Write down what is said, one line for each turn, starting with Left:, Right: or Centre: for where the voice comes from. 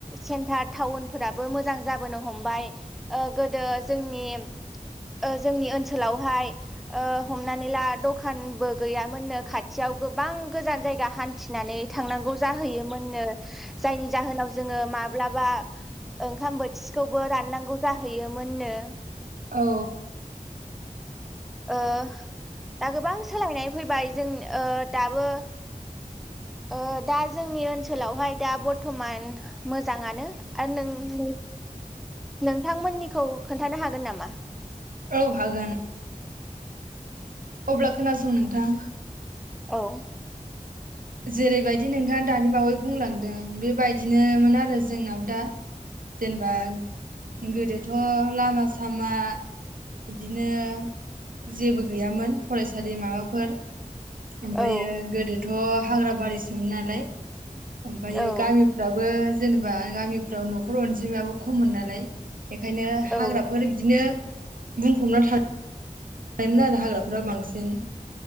Centre: सेन्टार टाउनफोराबो मोजां जाबोनो हमबाय ओ गोदो जोंनि ओ जोंनि ओनसोलावहाय ओ नानै ला दखानबो गैयामोननो खाथियाव गोबां गोजान जायगा हान्थिनानै थांनांगौ जाहैयोमोननो जायनि जाहोनाव जोङो माब्लाबा ओंखाम बोथिसेखौबो राननांगौ जाहैयोमोननो।
Right: औ।
Centre: ओ दा गोबां सोलायनाय फैबाय जों ओ दाबो ओ दा जोंनि ओनसोलावहाय दा बर्थमान मोजाङानो आरो नों नोंथांमोननिखौ खोन्थानो हागोन नामा?
Right: औ हागोन अब्ला खोनासं नोंथां।
Centre: औ।
Right: जेरैबायदि नोंथाङा दानि बावै ओमफायो
Centre: औ
Right: गोदो थ' हाग्रा बारि सोमोन नालाय। ओमफायो
Centre: औ
Right: गामिफ्राबो जेनेबा गामिफ्राव न'खर अनजिमायाबो खममोन नालाय। बेखायनो
Centre: औ
Right: हाग्राफोर बिदिनो बुंफबना था थायोमोन आरो हाग्राफोराव बांसिन।